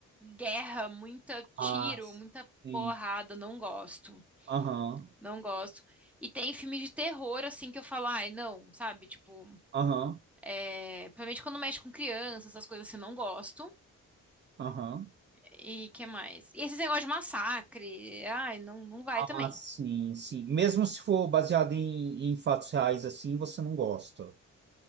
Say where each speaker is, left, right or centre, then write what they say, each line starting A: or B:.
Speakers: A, in the centre; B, on the right.
A: guerra, muita tiro,
B: Ah, sim.
A: muita porrada, não gosto.
B: Aham,
A: Não gosto. E tem filmes de terror, assim, que eu falo, ai, não, sabe? Tipo,
B: aham,
A: é, principalmente quando mexe com criança, essas coisas assim, não gosto.
B: aham.
A: E que mais? E esses negócios de massacre, ai, não, não vai
B: Ah,
A: também.
B: sim, sim. Mesmo se for baseado em, em fatos reais assim, você não gosta.